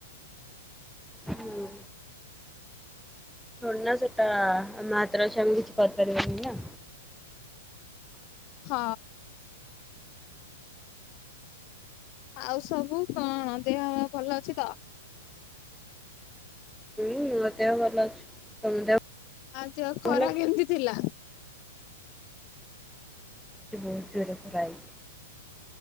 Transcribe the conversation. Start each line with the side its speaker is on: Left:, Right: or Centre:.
Centre: ହୁଁ। ଥୋଡିନା ସେଟା ଆମ ହାତରେ ଅଛି ଆମେ କିଛି କରିପାରିବାନି ନା।
Left: ହଁ। ଆଉ ସବୁ କଣ? ଦେହ ଭଲ ଅଛି ତ?
Centre: ହଁ ମଦେହ ଭଲ ଅଛି। ତମ ଦେହ?
Left: <unintelligible> ଖରା
Centre: ଭଲ ଅଛି?
Left: କେମିତି ଥିଲା?
Centre: ବହୁତ ଜୋର <unintelligible>